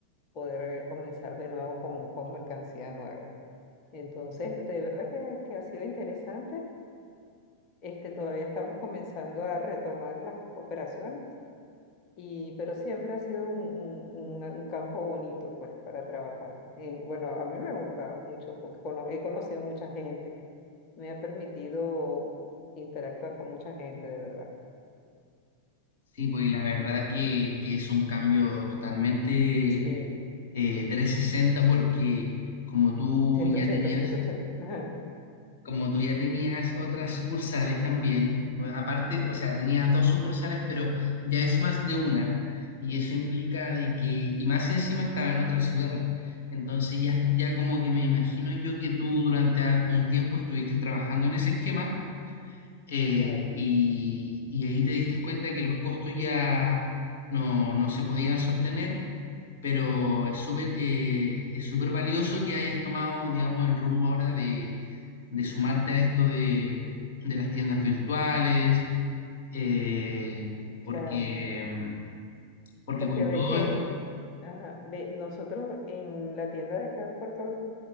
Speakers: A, on the left; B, on the left.
A: poder eh, comenzar de nuevo con, con mercancía nueva. Entonces, de verdad que, que ha sido interesante. Este, todavía estamos comenzando a retomar las operaciones y, pero siempre ha sido un, un- un- un campo bonito, pues, para trabajar. En- bueno, a mí me ha gustado mucho porque cono- he conocido mucha gente. Me ha permitido interactuar con mucha gente, de verdad.
B: Sí, pues y la verdad que, que es un cambio totalmente
A: Sí,
B: eh, 360 porque como tú
A: 180,
B: ya tenías,
A: 180. Ajá,
B: como tú ya tenías otras sucursales también, o- aparte, o sea, tenías dos sucursales, pero ya es más de una, y eso implica de que, y más encima estaba en otra ciudad. Entonces ya, ya como que me imagino yo que tú durante ar- un tiempo estuviste trabajando en ese esquema eh,
A: claro,
B: y, y ahí te diste cuenta que los costos ya no, no se podían sostener, pero es súper eh, es súper valioso que hayas tomado, digamos, el rumbo ahora de sumarte a esto de, de las tiendas virtuales, eh, porque,
A: claro.
B: mm, porque
A: Porque
B: con
A: ve
B: todo
A: que,
B: esto,
A: ajá, ve, nosotros en la tienda de acá de Puerto